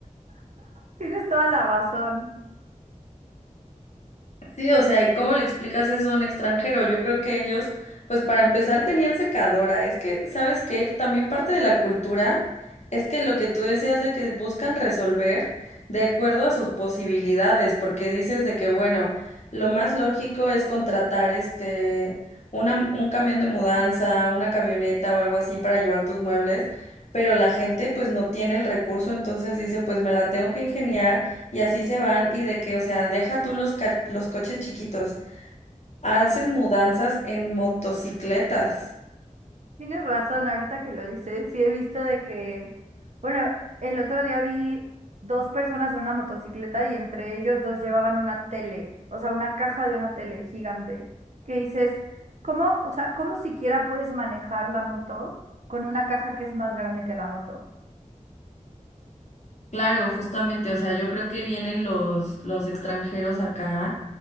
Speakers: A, on the right (about 60°); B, on the left (about 60°).
A: Tienes toda la razón.
B: Sí, o sea, ¿y cómo le explicas eso a un extranjero? Yo creo que ellos, pues para empezar, tenían secadora. Es que, ¿sabes qué? También parte de la cultura es que lo que tú decías de que buscan resolver de acuerdo a sus posibilidades, porque dices de que, bueno, lo más lógico es contratar este, una, un camión de mudanza, una camioneta o algo así para llevar tus muebles, pero la gente pues no tiene el recurso, entonces dice, pues me la tengo que ingeniar y así se van y de que, o sea, deja tú los, ca- los coches chiquitos, hacen mudanzas en motocicletas.
A: Tienes razón, ahorita que lo dices, sí he visto de que, bueno, el otro día vi dos personas en una motocicleta y entre ellos dos llevaban una tele, o sea, una caja de una tele gigante, que dices, ¿cómo, o sea, cómo siquiera puedes manejar la moto con una caja que es más grande que la moto?
B: Claro, justamente, o sea, yo creo que vienen los, los extranjeros acá